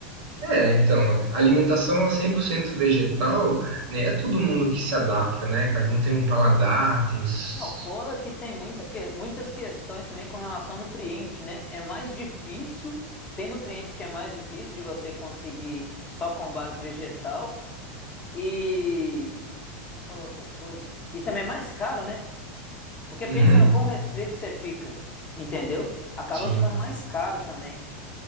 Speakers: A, on the right (about 50°); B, on the left (about 25°).
A: é, então, a alimentação 100% vegetal, né? É todo mundo que se adapta, né? Cada um tem um paladar, tem... s-
B: Não, fora que tem muita que- muitas questões também com relação ao nutriente, né? É mais difícil, tem nutrientes que é mais difícil de você conseguir só com base vegetal. E. Eu falo outra coisa. E também é mais caro, né? Porque
A: Uhum,
B: pensa no quão restrito você fica, entendeu? Acaba
A: sim.
B: ficando mais caro também.